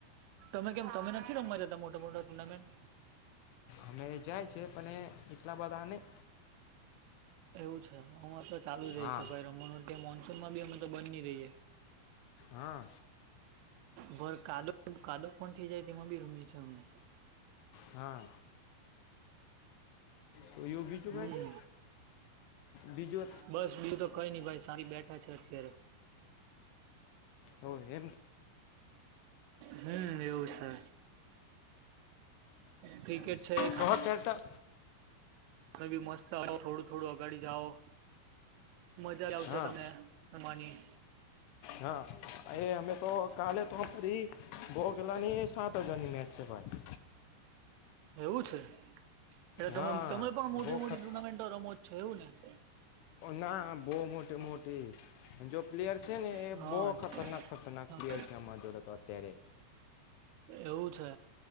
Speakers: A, on the right; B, on the left.
A: તમે કેમ તમે નથી રમવા જતા મોટા, મોટા ટુર્નામેન્ટ
B: અમે જાય છે, પણ એટલા બધા નહીં
A: એવું છે, હ તો ચાલુ જ રહી
B: હા
A: છે ભાઈ રમનુંયા મોન્સૂનમા બી અમે તો બિન ન રે
B: હા
A: બર કદો કાદો પણ થઈ, જાય તેમા બી રમીએ છે અમે
B: હા તો એવું બીજું
A: હ,
B: ભાઈ બીજું
A: બસ બી તો કોઈ નઈ ભાઈ સા બેઠા છે, અત્યારે
B: ઓ, એ
A: હમ, એવુ છે ક્રિકેટ છે એ ખાસ
B: તો હા ચાલતા
A: તમે બી મસ્ત આવો થોડું થોડું અગાડી જાઓ મજા આવશે
B: હા
A: તમે તમારી
B: હા એ અમે તો કાલે તો ફરી ભોગલાની સાત હજારની મેચ છે ભાઈ
A: એવું છે એટલે ત
B: હા
A: તમે પણ મોટી
B: બહુ
A: મોટી
B: ખત
A: ટુર્નામેન્ટો રમો છો એવું છે
B: ના બહ મોટે મોટી જો પ્લેયર્સ ને એ
A: હા
B: બહ ખતરનાક ખતરનાક
A: હા,
B: પ છે એમાં જોડે અત્યારે
A: એવું છે